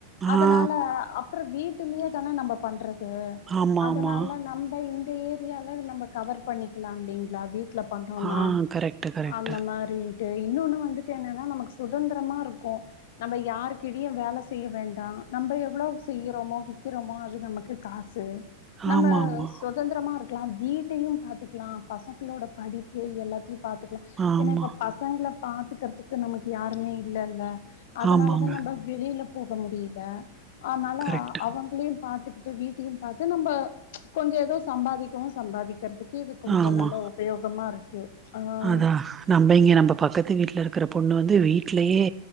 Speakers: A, on the right; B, on the left.
A: ஆ
B: அதனால அப்புறம் வீட்டுலயே தான நம்ம பண்றது
A: ஆமா
B: அதனால
A: ஆமா
B: நம்ம இந்த ஏரியால நம்ம கவர் பண்ணிக்கலாம் இல்லலைங்களா வீட்டு ட்ல பண்றோம்னா
A: ஆ கரெக்ட் கரெக்ட்
B: அந்த மாரி அப்டின்ட்டு இன்னொன்னு வந்துட்டு என்னன்னா நமக்கு சுதந்தரமா இருக்கும் நம்ப யாருக்கீழியும் வேல செய்ய வேண்டாம் நம்ப எவ்ளோ செய்றோமோ விக்கிறோமோ அது நமக்கு காசு நம்ம
A: ஆமா ஆமா
B: சு தந்தரமா இருக்கலாம் வீட்டையும் பாத்துக்கலாம் பசங்களோட படிப்பு எல்லாத்தையு பாத்துக்கலாம்
A: ஆமா
B: ஏன்னா இப்ப பசங்ள பாத்துக்கறதுக்கு நமக்கு யாருமே இல்லல்ல அதனாலதான்
A: ஆமாங்க
B: நம்ப வெளியில போக முடியில அதனால
A: கரெக்ட்
B: அவங் குளியு பாத்துக்கிட்டு வீட்டியும் பாத்து நம்ப கொஞ்சம் ஏதோ சம்பாதிக்கவு சம்பாதிக்கிற துக்கு இது கொஞ்ச
A: ஆமா
B: நல்லா உபயோகமா இருக்கு ஆஹ்
A: அதான் நம்ப இங்க நம்ப பக்கத்து வீட்ல இருக்ற பொண்ணு வந்து வீட்லயே